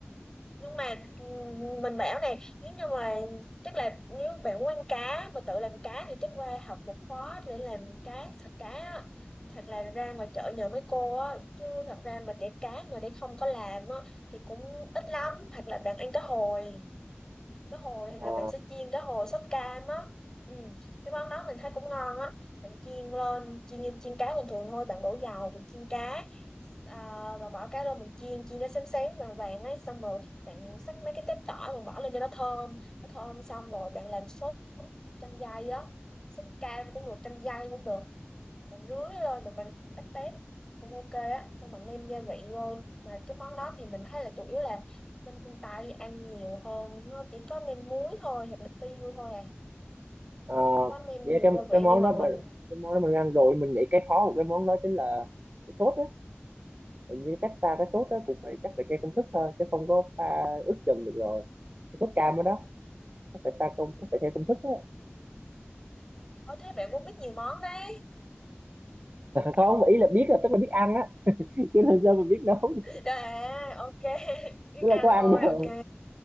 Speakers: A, on the left; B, on the right.
A: nhưng mà ừm, mình bảo này nếu như mà chắc là nếu bạn muốn ăn cá mà tự làm cá thì chắc qua học một khóa để làm cá sạch cá á. thật là ra ngoài chợ nhờ mấy cô á chứ thật ra mà để cá mà để không có làm á thì cũng ít lắm hoặc là bạn ăn cá hồi cá hồi hoặc
B: ờ
A: là mình sẽ chiên cá hồi sốt cam á ừ. cái món đó mình thấy cũng ngon á mình chiên lên chiên như chiên cá bình thường thôi bạn đổ dầu mình chiên cá uh, bạn bỏ cá lên mình chiên chiên nó xém xém vàng vàng ấy xong rồi bạn xắt mấy cái tép tỏi rồi bỏ lên cho nó thơm nó thơm xong rồi bạn làm sốt chanh dây á sốt cam cũng được chanh dây cũng được bạn rưới lên rồi bạn tách bét cũng ok á xong bạn nêm gia vị vô mà cái món đó thì mình thấy là chủ yếu là bên phương Tây ăn nhiều hơn nó chỉ có nêm muối thôi hoặc là tiêu thôi à
B: ờ
A: chứ không có nêm
B: với
A: nhiều
B: cái
A: gia vị
B: cái món
A: như mà
B: đó
A: mình
B: mình- cái món đó mình ăn rồi mình nghĩ cái khó của cái món đó chính là cái sốt á hình như chắc pha cái sốt đó cũng phải chắc phải theo công thức thôi chứ không có pha ướp chừng được rồi cái sốt cam đó đó chắc phải pha công chắc phải
A: Ừ.
B: theo công thức á
A: Ờ thế bạn cũng biết nhiều món đấy
B: không ý là biết là tức là biết ăn á <laughs> chứ là sao mình biết nấu được.
A: Rồi à ok <laughs> Biết
B: tức
A: ăn
B: là có ăn
A: thôi
B: rồi
A: ok